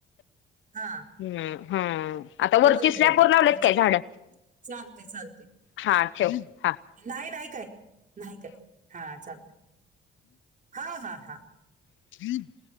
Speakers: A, on the right; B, on the left.
A: हा!
B: हूं हं आता
A: होय
B: वरती
A: होय
B: स्लॅप वर लावले
A: तेच
B: की काय झाड?
A: चालते चालते
B: हा ठेव हा!
A: नाही, नाही काय, नाही काय, हा चाल हा हा हा.
B: <inaudible>